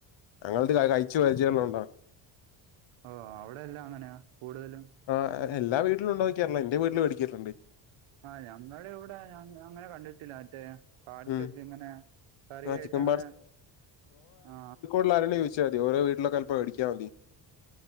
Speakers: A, on the left (about 60°); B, on the right (about 75°).
A: ഞങ്ങൾത് കയ്ച്ച് പര്ചയള്ളോണ്ടാ.
B: ഓ അവ്ടെല്ലാം അങ്ങനെയാ കൂടുതലും
A: ആ എല്ലാ വീട്ട്ലുണ്ടോക്യറില്ല എന്റെ വീട്ടില് വേടിക്കല്ണ്ട്.
B: ആ ഞങ്ങളവിടെ അങ്ങനെ കടിണ്ടില്ല മറ്റേ പാഴ്സെദ്യങ്ങനെ
A: ഉം
B: കറിയെട്ടങ്ങനെ
A: ആ ചിക്കൻ
B: ആ
A: ള്ളാരോട് ചോയ്ച്ചാതി ഓല വീട്ടിലൊക്കെ മേടിക്കാതി